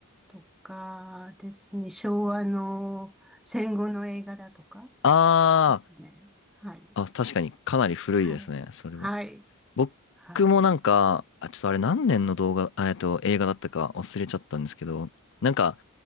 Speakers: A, in the centre; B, on the left.
A: とかですね。昭和の戦後の映画だとか
B: あ
A: ですね。はい。
B: あ、あ、確かにかなり古いですね。
A: はい。
B: それは。
A: はい。
B: 僕もなんか、
A: はい。
B: あ、ちょっとあれ何年の動画、あえっと、映画だったか忘れちゃったんですけど、なんか、